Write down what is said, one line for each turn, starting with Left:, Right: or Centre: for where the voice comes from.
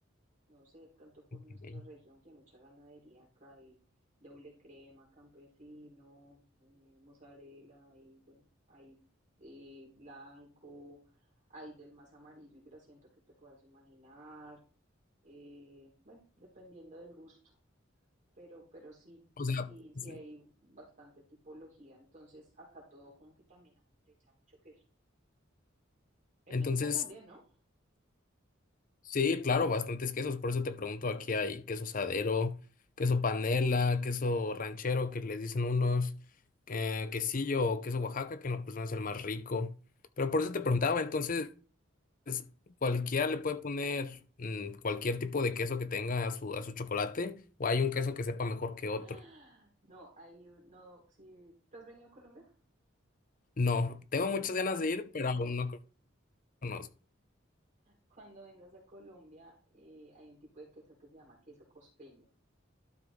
Right: no sé, de pronto por
Left: Ok.
Right: nuestra región que hay mucha ganadería, acá hay doble crema, campesino, eh, mozzarella, y bueno, hay eh, blanco, hay del más amarillo y grasiento que te puedas imaginar, eh, bueno, dependiendo del gusto, pero, pero sí,
Left: O sea,
Right: sí, sí
Left: sí.
Right: hay bastante tipología, entonces acá todo como que también a uno le echa mucho queso. En
Left: entonces
Right: México también, ¿no?
Left: Sí, claro, bastantes quesos. Por eso te pregunto, aquí hay queso sadero, queso panela, queso ranchero, que les dicen unos, eh, quesillo o queso Oaxaca, que en lo personal es el más rico. Pero por eso te preguntaba, entonces, es- ¿cualquiera le puede poner mm, cualquier tipo de queso que tenga a su, a su chocolate? ¿O hay un queso que sepa mejor que otro?
Right: ¡Ah! No, ahí no, si tú has venido a Colombia,
Left: No, tengo muchas
Right: bueno,
Left: ganas
Right: cua-
Left: de ir, pero aún no conozco.
Right: cuando vengas a Colombia eh, hay un tipo de queso que se llama queso costeño